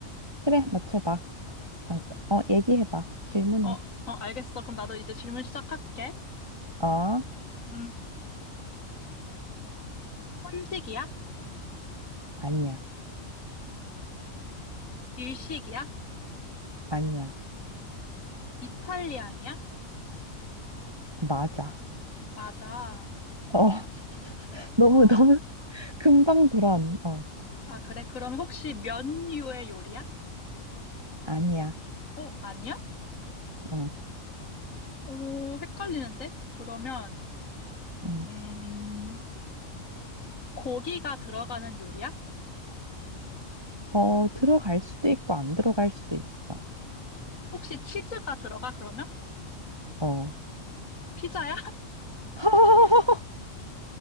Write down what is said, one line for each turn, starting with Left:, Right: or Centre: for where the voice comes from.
Right: 그래, 맞춰봐. 잠깐, 어, 얘기해봐. 질문해.
Left: 어, 어, 알겠어. 그럼 나도 이제 질문 시작할게.
Right: 어,
Left: 음, 한식이야?
Right: 아니야.
Left: 일식이야?
Right: 아니야.
Left: 이탈리안이야?
Right: 맞아.
Left: 맞아.
Right: 어, <laughs> 너무,
Left: 아,
Right: 너무 <laughs> 금방 돌아온, 어,
Left: 아, 그래? 그럼 혹시 면류의 요리야?
Right: 아니야.
Left: 어, 아니야?
Right: 어,
Left: 오, 헷갈리는데? 그러면,
Right: 음.
Left: 음, 고기가 들어가는 요리야?
Right: 어, 들어갈 수도 있고, 안 들어갈 수도 있어.
Left: 혹시 치즈가 들어가, 그러면?
Right: 어.
Left: 피자야? <laughs>
Right: <laughs>